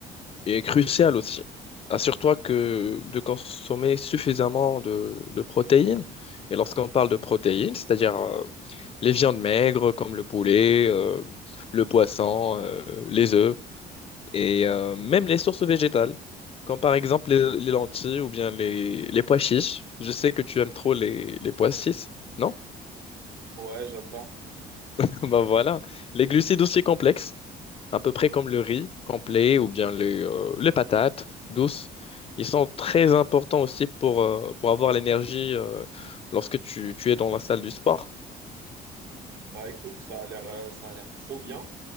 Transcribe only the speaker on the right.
Ouais, j'adore.
Bah écoute, ça a l'air euh, ça a l'air trop bien.